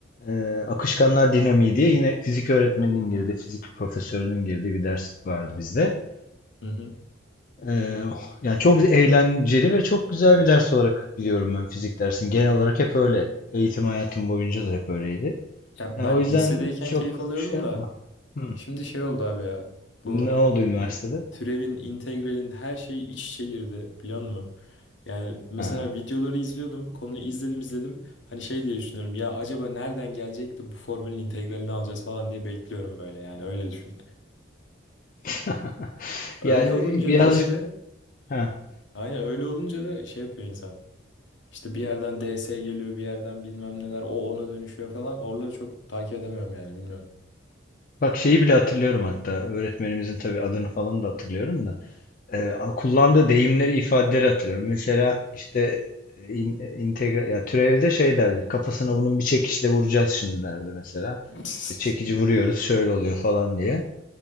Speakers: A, on the left; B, on the left.
A: e, akışkanlar dinamiği diye yine fizik öğretmeninin girdiği, fizik profesörünün girdiği bir ders vardı bizde.
B: Hı hı.
A: E, yani çok eğlenceli ve çok güzel bir ders olarak biliyorum ben fizik dersini. Genel olarak hep öyle. Eğitim hayatım boyunca da hep öyleydi.
B: Ya
A: Ya
B: ben
A: o yüzden
B: lisedeyken
A: çok
B: keyif alıyordum
A: şey yapma.
B: da
A: Hı.
B: şimdi şey oldu abi ya. Bu
A: Ne oldu üniversitede?
B: Türevin, integralin her şey iç içe girdi biliyor musun? Yani mesela
A: Ha.
B: videoları izliyordum. Konuyu izledim izledim. Hani şey diye düşünüyorum. Ya acaba nereden gelecek de bu formülün integralini alacağız falan diye bekliyorum böyle. Yani öyle düşün.
A: <laughs>
B: Öyle
A: Ya e,
B: olunca
A: birazcık
B: da işte
A: ha.
B: aynen öyle olunca da şey yapıyor insan. İşte bir yerden D DS geliyor bir yerden bilmem neler. O ona dönüşüyor falan. Oraları çok takip edemiyorum yani bilmiyorum.
A: Bak şeyi bile hatırlıyorum hatta. Öğretmenimizin tabii adını falan da hatırlıyorum da. E, a- kullandığı deyimleri, ifadeleri hatırlıyorum. Mesela işte e, in, e, integra- ya türevde şey derdi. Kafasına bunun bir çekişle vuracağız şimdi derdi mesela.
B: <laughs>
A: İşte çekici vuruyoruz şöyle oluyor falan diye.